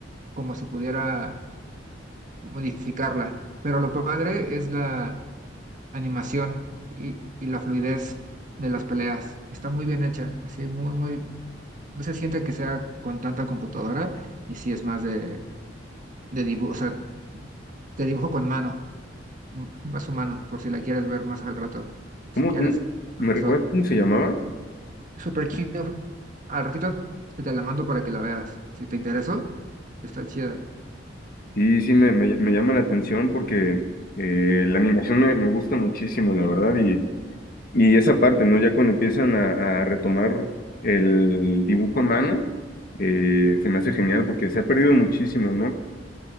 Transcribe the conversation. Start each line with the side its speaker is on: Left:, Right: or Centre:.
Right: como si pudiera modificarla. Pero lo padre es la animación y, y la fluidez de las peleas. Está muy bien hecha, así muy, muy, no se siente que sea con tanta computadora y sí es más de, de dibujo, o sea, te dibujo con mano, m- más humano, por si la quieres ver más al rato. Si
Left: ¿Cómo,
Right: quieres,
Left: cómo? ¿Me recuerdas
Right: so-
Left: cómo se llamaba?
Right: super cute. Al ratito te la mando para que la veas. Si te interesó, está chida.
Left: Sí, sí, me, me, me llama la atención porque eh, la animación me, me gusta muchísimo, la verdad, y Y esa parte, ¿no? Ya cuando empiezan a, a retomar el dibujo a mano, eh, se me hace genial porque se ha perdido muchísimo, ¿no?